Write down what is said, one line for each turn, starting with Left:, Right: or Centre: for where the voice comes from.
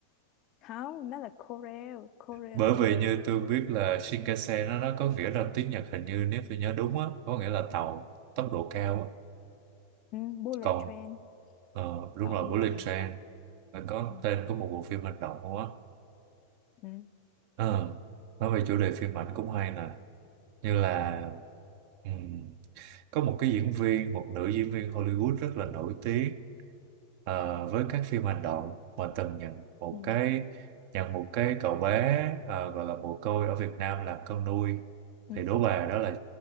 Left: không nó là Korail Korean
Right: bởi
Left: Rail
Right: vì như tôi biết là Shinkansen nó nó có nghĩa là tiếng Nhật hình như nếu tôi nhớ đúng á có nghĩa là tàu tốc độ cao á.
Left: ừ, bullet
Right: còn
Left: train
Right: ờ, đúng
Left: tàu
Right: rồi
Left: viên
Right: Bullet
Left: đạn
Right: Train là có
Left: ừ.
Right: tên của một bộ phim hành động luôn á
Left: Ừ.
Right: Ờ, nói về chủ đề phim ảnh cũng hay nè như là
Left: Ờ,
Right: ừm, có một cái diễn viên một nữ diễn viên Hollywood rất là nổi tiếng Ờ, với các phim hành động mà từng nhận một
Left: ừ,
Right: cái nhận một cái cậu bé ờ, gọi là mồ côi ở Việt Nam làm con nuôi
Left: ừ.
Right: thì Đỗ Bà đó là